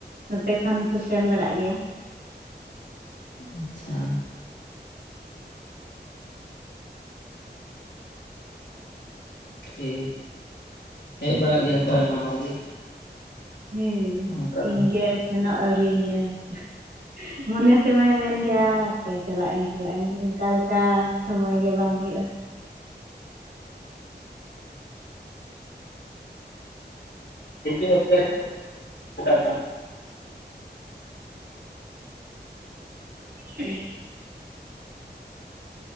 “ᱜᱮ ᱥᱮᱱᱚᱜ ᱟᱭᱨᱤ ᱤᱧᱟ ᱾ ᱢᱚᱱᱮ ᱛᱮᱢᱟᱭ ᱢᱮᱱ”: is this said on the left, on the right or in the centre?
Right